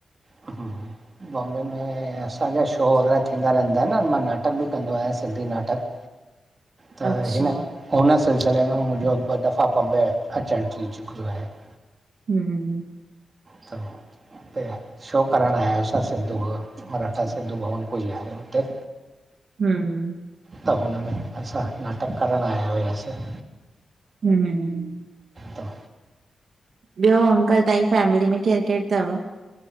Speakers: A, on the right (about 35°); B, on the right (about 65°).
A: हा हा <inaudible> बॉम्बे में असांजा शो वग़ैरह थींदा रहंदा आहिनि न मां नाटक बि कंदो आहियां सिंधी नाटक।
B: <inaudible>
A: त
B: अच्छा,
A: हिन हुन सिलसिले में मुंहिंजो ॿ दफ़ा बॉम्बे। अर्जेंट थी चुको आहे <unintelligible>
B: हमम।
A: त त <unintelligible> शो करणु आहि असां सिंधू मराठा सिंधु भवन कोई आहे हुते।
B: हम।
A: त हुनम में असां नाटक करणु आया हुआसीं।
B: हम हम।
A: त
B: ॿियो अंकल तव्हांजी फैमिली में केरु केरु तव?